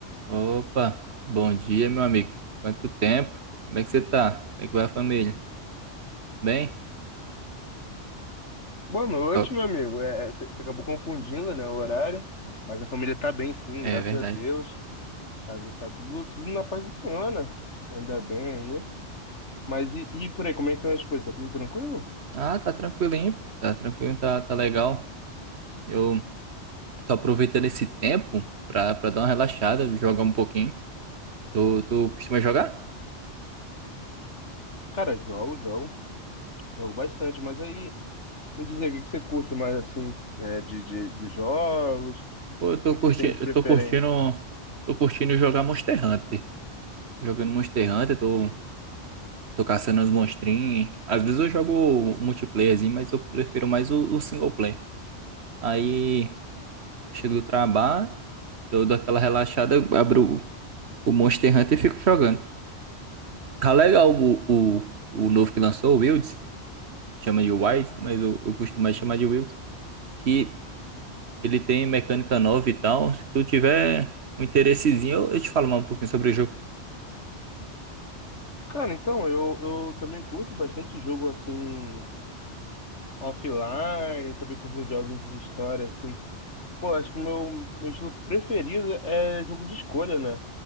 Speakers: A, on the right; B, on the left.
A: Opa, bom dia, meu amigo. Quanto tempo? Como é que você tá? Como é que vai a família? Bem?
B: Boa noite,
A: Ó,
B: meu amigo. É, você acabou confundindo, né, o horário, mas a família tá bem, sim,
A: é
B: graças
A: verdade.
B: a Deus. Tá, tá tudo, tudo na paz do Senhor, né? Ainda bem aí. Mas e, e por aí, como é que estão as coisas? Tá tudo tranquilo?
A: Ah, tá tranquilinho, tá tranquilo, tá, tá legal. Eu tô aproveitando esse tempo pra, pra dar uma relaxada, jogar um pouquinho. Tu, tu costuma jogar?
B: Cara, jogo, jogo, jogo bastante, mas aí me diz aí, o que que você curte mais, assim, né, de, de, dos jogos? O
A: Pô, eu tô
B: que que
A: curtindo,
B: você tem de preferência?
A: eu tô curtindo, tô curtindo jogar Monster Hunter. Tô jogando Monster Hunter, tô, tô caçando os monstrinhos. Às vezes eu jogo o multiplayerzinho, mas eu prefiro mais o, o single player. Aí. Chego do trabalho, eu dou aquela relaxada, eu abro o, Monster Hunter e fico jogando. Tá legal o, o, o novo que lançou, o Wilds, chama de Wilds, mas eu, eu costumo mais chamar de Wilds, que ele tem mecânica nova e tal. Se tu tiver um interessezinho, eu, eu te falo mais um pouquinho sobre o jogo.
B: Cara, então, eu, eu também curto bastante jogo, assim, offline, também curto uns jogos de história, assim. Pô, acho que o meu, meu estilo preferido é jogo de escolha, né?